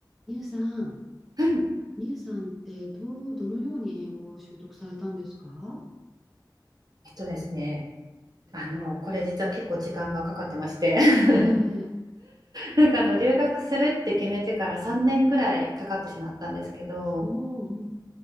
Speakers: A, in the centre; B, on the right (about 55°).
A: みゆさん、
B: はい。
A: みゆさんってどう、どのように英語を習得されたんですか
B: えっとですね、あの、これ実は結構時間がかかってまして <laughs>
A: ええええ
B: なんかあの、留学するって決めてから3年ぐらいかかってしまったんですけど、
A: うん。おお、うん。